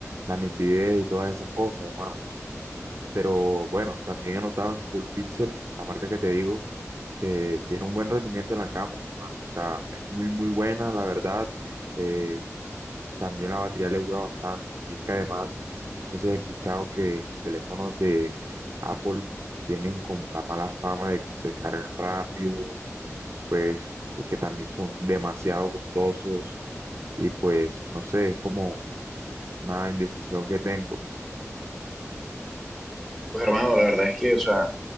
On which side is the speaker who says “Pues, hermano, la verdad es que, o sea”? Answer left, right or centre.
Centre